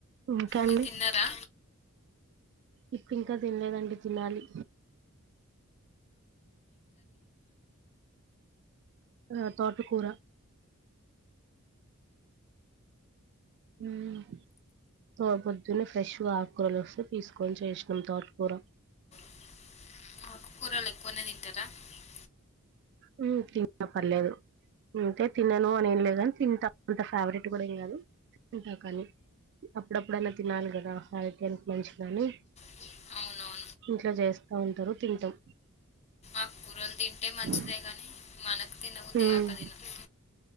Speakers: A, on the right; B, on the left.
A: ఇంకా
B: మీరు
A: అండి
B: తిన్నారా
A: ఇప్పు ఇంకా తినలేదండి తినాలి ఆ తోట కూర ఉమ్ తోడపొద్దున్నే ఫ్రెష్గా ఆకూరలు వస్తే తీసుకొని చేసినం తోట్కూర
B: <inaudible> ఎక్కువనే తింటారా అవునవును
A: ఉమ్ తింటా పర్లేదు అంటే తినను అని ఏం లేదు కని తింటా అంత ఫేవరెట్ కూడా ఏం కాదు, తింటాకని అప్పుడప్పుడన్నా తినాలి కదా ఆరోగ్యానికి మంచిదని
B: అవున
A: ఇంట్లో చేస్తా ఉంటరు తింటాం
B: ఆకుకూరలు తింటే మంచిదే
A: అ
B: కానీ మనకు తినబుద్ధి
A: ఉమ్
B: కాక తినం